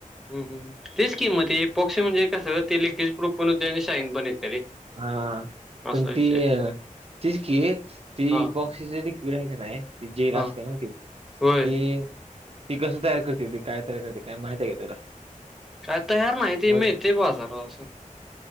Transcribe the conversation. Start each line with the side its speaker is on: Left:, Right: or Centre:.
Centre: हं, हं. तेच कि मग ते इपॉक्सी म्हणजे कसं ते लीकेज प्रूफ पण होतंय आणि शाईन पण येतंय रे
Right: हा
Centre: असा
Right: पण
Centre: विषय
Right: ती
Centre: आहे.
Right: अ तीच की ती
Centre: हां,
Right: इपॉक्सीचं तु हाय का नाही ते जेर
Centre: हां.
Right: असते ना ती ते
Centre: होय.
Right: ती कसं तयार करतेत ती काय तयार करतेत काय माहित आहे का तुला
Centre: काय तयार नाही ते
Right: मग
Centre: मिळते बाजारात असं